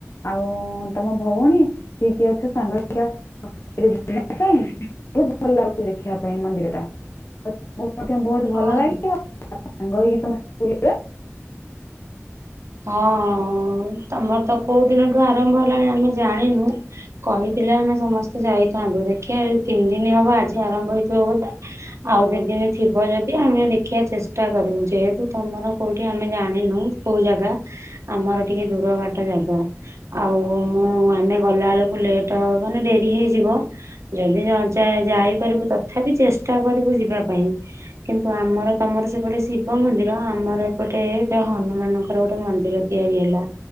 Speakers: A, on the left; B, on the right.
A: ଆଉ ତମ ଭଉଣୀ କିଏ କିଏ ଅଛ ସାଙ୍ଗ ହେଇକି ଆସ। <unintelligible> ବହୁତ ଭଲ ଲାଗୁଛି ଦେଖିବା ପାଇଁ ମନ୍ଦିର ଟା। ଆଉ ମଧ୍ୟ ବହୁତ୍
B: ହଁ।
A: ଭଲ ଲାଗିବ ସାଙ୍ଗ ହେଇକି ସମ ବୁଲିବା।
B: ହଁ ତମର ତ କୋଉ ଦିନଠୁ ଆରମ୍ଭ ହେଲାଣି ଆମେ ଜାଣିନୁ? କହିଥିଲେ ଆମେ ସମସ୍ତେ ଯାଇଥାନ୍ତୁ ଦେଖିଆ ତିନ୍ଦିନି ହବ ଆଜି ଆରମ୍ଭ ହେଇଥିବ ବୋଧେ? ଆଉ ଦିଦିନି ଥିବ ଯଦି ଆମେ ଦେଖିଆ ଚେଷ୍ଟା କରିବୁ ଯେହେତୁ ତମର କୋଉଠି ଆମେ ଜାଣିନୁ କୋଉ ଜାଗା ଆମର ଟିକେ ଦୂର ବାଟ ଜାଗା। ଆଉ ମୁଁ ଆମେ ଗଲାବେଳକୁ ଲେଟ୍ ହବ ମାନେ ଡେରି ହେଇଯିବ। ଯଦି ନାଚା ଯାଇ ପାରିବୁ ତଥାପି ଚେଷ୍ଟା କରିବୁ ଯିବା ପାଇଁ। କିନ୍ତୁ ଆମର ତମର ସେପଟେ ଶିବ ମନ୍ଦିର ଆମର ଏପଟେ ଦ ହନୁମାନ କ ଖରେ ଗୋଟେ ମନ୍ଦିର ତିଆରି ହେଲା।